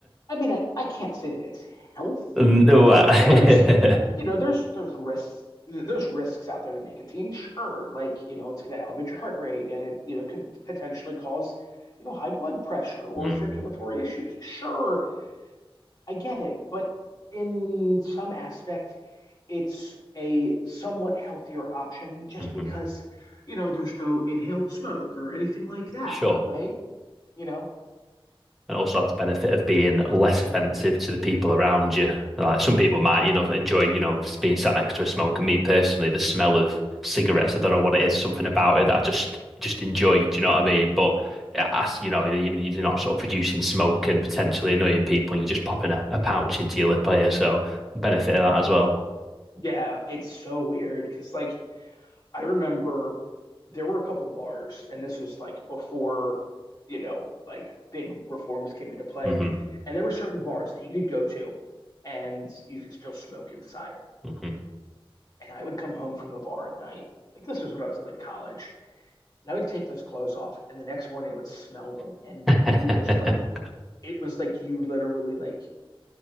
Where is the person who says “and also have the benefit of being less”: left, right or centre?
Centre